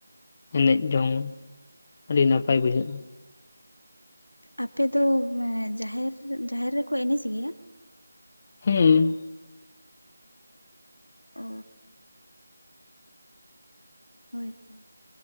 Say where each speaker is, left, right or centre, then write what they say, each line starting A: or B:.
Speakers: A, on the left; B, on the left.
A: ᱮᱱᱮᱡ ᱡᱚᱝ ᱟᱹᱰᱤ ᱱᱟᱯᱟᱭ ᱵᱩᱡᱷᱟᱹᱜᱼᱟ᱾
B: ᱟᱯᱮ ᱫᱚ ᱡᱟᱦᱮᱨ, ᱡᱟᱦᱮᱨ ᱨᱮ ᱠᱚ ᱮᱱᱮᱡ ᱜᱮᱭᱟ?
A: ᱦᱩᱸ᱾
B: ᱚᱻ ᱦᱳᱭ ᱛᱚ